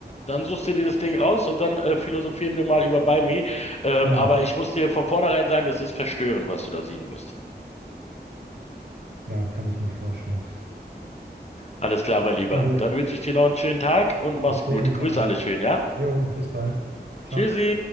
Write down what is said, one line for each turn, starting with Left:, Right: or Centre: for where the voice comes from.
Left: Dann suchst du dir das Ding raus und dann äh, philosophieren wir mal über Buy Me. Ähm,
Right: Gerne.
Left: aber ich muss dir von vornherein sagen, das ist verstörend, was du da sehen wirst.
Right: Ja, kann ich mir vorstellen.
Left: Alles klar, mein Lieber.
Right: Na gut,
Left: Dann wünsche ich dir noch einen schönen Tag und mach's
Right: ich dir
Left: gut.
Right: ebenfalls.
Left: Grüß alle schön, ja?
Right: Jo, bis bald. Ciao.
Left: Tschüssi!